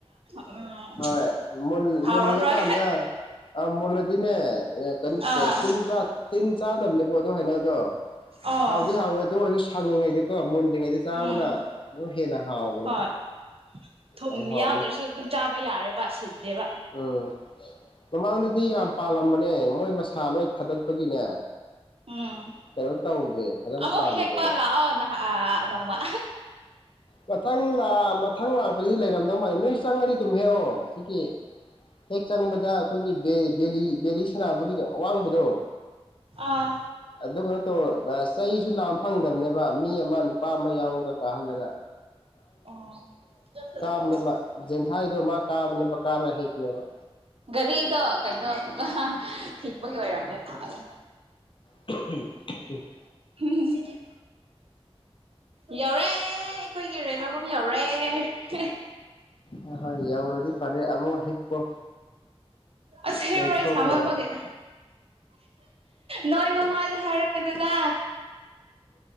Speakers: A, on the right; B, on the left.
A: ꯎꯝ
B: ꯍꯣꯏ
A: ꯍꯥꯎꯔꯝꯔꯣꯏ
B: ꯃꯨꯜꯂꯀꯥꯟꯗ ꯃꯨꯜꯂꯀꯥꯟꯗ ꯏꯟꯅ ꯑꯦ
A: ꯑꯥ
B: ꯀꯩꯅꯣ ꯇꯤꯟ ꯆꯥꯗꯕꯅꯦꯕꯣ ꯑꯗꯨ ꯍꯥꯏꯩꯅꯗꯣ
A: ꯑꯣ
B: ꯍꯥꯎꯗꯤ ꯍꯥꯎꯋꯦ ꯑꯗꯨ ꯑꯣꯏꯔꯁꯨ ꯁꯡꯅꯤꯡꯉꯩꯗꯨ ꯀꯣ ꯃꯨꯟꯗ꯭ꯔꯤꯉꯩꯗ ꯆꯥꯕꯅ
A: ꯎꯝ
B: ꯑꯗꯨꯝ ꯍꯦꯟꯅ ꯍꯥꯎꯕꯅꯦ
A: ꯍꯣꯏ ꯊꯨꯝ
B: ꯌꯥꯝ ꯍꯥꯎꯕꯅꯦ
A: ꯌꯥꯎꯗ꯭ꯔꯁꯨ ꯑꯗꯨꯝ ꯆꯥꯕ ꯌꯥꯔꯦꯕ ꯁꯤꯟꯗꯦꯕ
B: ꯎꯝ ꯃꯃꯥꯡꯗꯗꯤ ꯌꯥꯝ ꯄꯥꯜꯂꯝꯕꯅꯦ ꯃꯣꯏ ꯃꯁꯥ ꯂꯣꯏ ꯊꯥꯗꯠꯄꯒꯤꯅꯦ
A: ꯎꯝ
B: ꯀꯩꯅꯣ ꯇꯧꯗ꯭ꯔꯦ ꯐꯖꯅ
A: ꯑꯃꯣ
B: ꯄꯥꯟꯗ꯭ꯔꯦꯕ
A: ꯍꯦꯛꯦꯛꯄ ꯂꯥꯛꯑꯣ ꯅꯣꯡꯃ
B: ꯃꯊꯪ ꯂꯥ ꯃꯊꯪ ꯂꯥꯛꯄꯗꯗꯤ ꯂꯩꯔꯝꯗꯧ ꯃꯥꯜꯜꯂꯤ ꯅꯣꯏ ꯆꯪꯉꯗꯤ ꯑꯗꯨꯝ ꯍꯦꯛꯑꯣ ꯁꯤꯒꯤ ꯍꯦꯛ ꯆꯪꯕꯗ ꯑꯩꯈꯣꯏꯒꯤ ꯕꯦꯂꯤ ꯁꯅꯕꯒꯤ ꯑꯋꯥꯡꯕꯗꯣ
A: ꯑꯥ
B: ꯑꯗꯨꯩꯅꯣ ꯆꯩꯁꯨ ꯂꯥꯝ ꯐꯪꯗꯕꯅꯦꯕ ꯃꯤ ꯑꯃ ꯅꯨꯄꯥ ꯑꯃ ꯌꯥꯎꯔꯒ ꯄꯥꯍꯜꯂꯒ
A: ꯑꯣ
B: ꯀꯥꯕꯅꯦꯕ ꯖꯦꯟꯊꯥꯏꯗꯣ ꯃꯥ ꯀꯥꯕꯅꯦꯕ ꯀꯥꯔꯒ ꯍꯤꯛꯄꯅꯦꯕ
A: ꯒꯔꯤꯗ ꯀꯩꯅꫭ ꯍꯤꯛꯄꯒꯤ ꯑꯣꯏꯔꯝꯕ ꯃꯥꯜꯂꯦ꯫
B: <unintelligible>
A: ꯎꯝ ꯌꯧꯔꯦ ꯑꯩꯈꯣꯏꯒꯤ ꯔꯦꯅꫭ ꯌꯩꯔꯦ
B: ꯍꫭ ꯍꫭꯏ ꯌꯧꯔꯗꯤ ꯐꯔꯦ ꯑꯃꯨꯛ ꯍꯤꯞꯄꯣ
A: ꯑꯁ ꯍꯤꯞꯔꯣꯏ
B: ꯅꯣꯏꯊꯣꯛꯅꯕ
A: ꯁꯥꯃꯟꯕꯒꯤ ꯅꯣꯏ ꯃ ꯋꯥꯗꯤ ꯍꯥꯏꯔꯛꯀꯅꯨꯗ꯫